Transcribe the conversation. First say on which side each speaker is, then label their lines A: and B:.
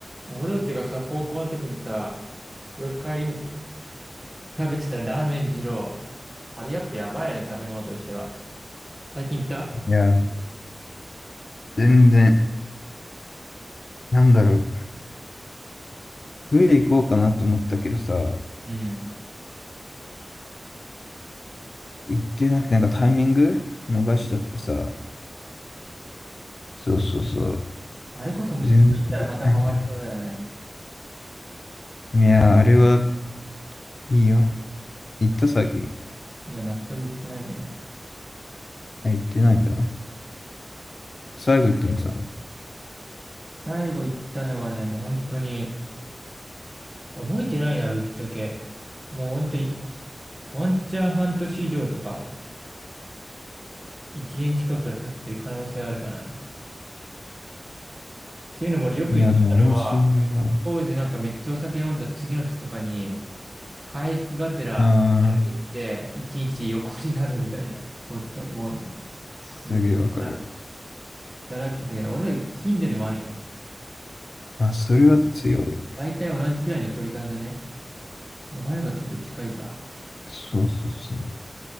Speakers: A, on the right; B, on the left.
A: 俺たちがさ、高校の時にさ、よく帰り道に食べてたラーメン二郎。あれやっぱやばいよね、食べ物としては。最近行った
B: いや、全然、なんだろう、冬行こうかなと思ったけどさ、
A: うん。
B: 行ってなくて、なんかタイミング逃しちゃってさ、そうそうそう、
A: あれこそもう一回行ったらまたハマりそうだよね。
B: 全然行ってないんだよ。いや、あれはいいよ。行った最近。
A: いや、全く行ってないね。
B: あ、行ってないんだ。最後行ったのいつなの
A: 最後行ったのはね、もう本当に、覚えてないな、ぶっちゃけ。もう本当に、ワンチャン半年以上とか、一年近くが経ってる可能性はあるかな。っていうのも俺よく行ってたのは、
B: いや、でも俺もそんぐらいだわ。
A: 当時なんかめっちゃお酒飲んだ次の日とかに、回復がてら、
B: あ
A: あれ食って、一日横になるみたいな。もうさ、もう、
B: ー、すげえわかる。
A: めっちゃ、だらけてたけど、俺ら近所にもあるやん。
B: あ、それは強いよね。
A: 大体同じくらいの距離感じゃね。お前のがちょっと近いか。
B: そうそうそう。